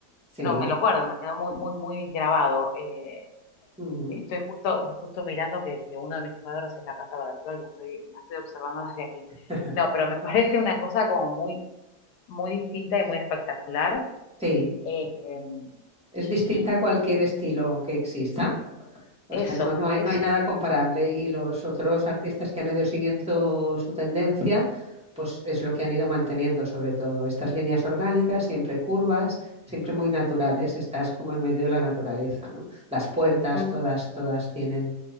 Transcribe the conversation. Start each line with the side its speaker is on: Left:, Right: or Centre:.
Centre: sí.
Left: no, me lo acuerdo, me quedó muy, muy, muy grabado. Eh,
Centre: ujú.
Left: estoy justo, justo mirando que, que uno de mis cuadros es la Casa Baracló y lo estoy, la estoy observando desde aquí.
Centre: <laughs>
Left: No, pero me <laughs> parece una cosa como muy, muy distinta y muy espectacular.
Centre: Sí,
Left: Eh,
Centre: es
Left: y
Centre: distinta a cualquier estilo que exista. O
Left: eso,
Centre: sea, no, no hay,
Left: eso.
Centre: no hay nada comparable. Y los otros artistas que han ido siguiendo su tendencia, pues es lo que han ido manteniendo, sobre todo. Estas líneas orgánicas, siempre curvas, siempre muy naturales. Estás como en medio de la naturaleza, ¿no? Las puertas,
Left: Mm.
Centre: todas, todas tienen